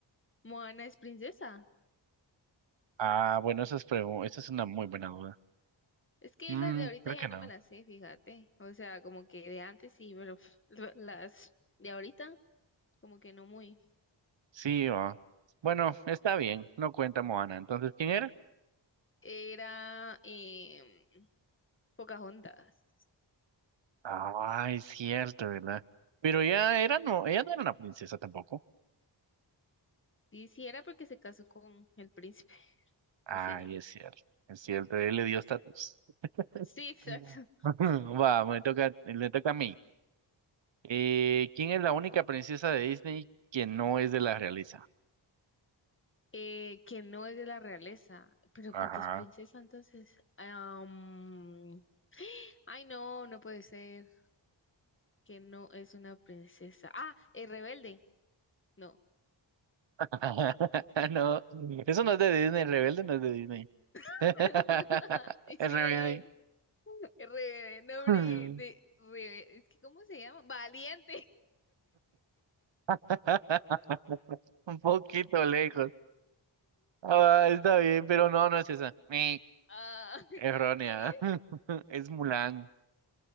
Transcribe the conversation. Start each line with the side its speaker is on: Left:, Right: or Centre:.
Left: Moana es princesa.
Right: Ah, bueno, esa es, pregu- esa es una muy buena duda.
Left: Es que
Right: Mm,
Left: las de ahorita
Right: creo
Left: ya
Right: que
Left: no
Right: no.
Left: me las sé, fíjate. O sea, como que de antes sí, pero <laughs> pf, lo- las de ahorita, como que no muy.
Right: Sí, va. Bueno, está bien, no cuenta Moana. Entonces, ¿quién era?
Left: Era eh, Pocahontas.
Right: Ah, es cierto, ¿verdad? Pero ella era, no, ella no era una princesa tampoco.
Left: Sí, sí, era porque se casó con el príncipe
Right: Ay,
Left: al final.
Right: es cierto, es cierto, él le dio estatus.
Left: Sí, <laughs> exacto.
Right: <laughs> Va, me toca, le toca a mí. Eh, ¿quién es la única princesa de Disney que no es de la realeza?
Left: Eh, que no es de la realeza, pero
Right: Ajá.
Left: porque es princesa, entonces. am, ay, no, no puede ser que no es una princesa. Ah, es rebelde. No.
Right: <laughs> No, eso no es de Disney, el rebelde no es de Disney.
Left: <laughs>
Right: <laughs> El
Left: Sí
Right: rebelde.
Left: es. Re, nombre
Right: Mm.
Left: de, re, es que ¿cómo se llama? Valiente.
Right: <laughs> Un poquito lejos. Ah, está bien, pero no, no es esa. Ni
Left: Ah, <laughs>
Right: errónea.
Left: ¿cuál- ¿quién es?
Right: <laughs> Es Mulan.